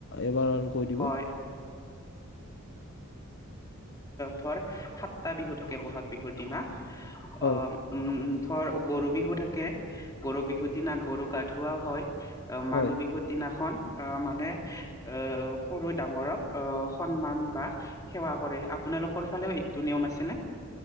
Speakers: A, on the left (about 50°); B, on the left (about 15°).
A: এবাৰ আৰু কৈ দিব।
B: হয় ধৰ সাতটা বিহু থাকে বহাগ বিহুৰ দিনা।
A: হয়
B: অহ উম, ধৰ গৰু বিহু থাকে, গৰু বিহুৰ দিনা গৰু গা ধুওঁৱা হয়। মানুহ
A: হয়
B: বিহুৰ দিনাখন আহ মানে আহ সৰুয়ে ডাঙৰক আহ সন্মান বা সেৱা কৰে, আপোনালোকৰ ফালেও এইটো নিয়ম আছেনে?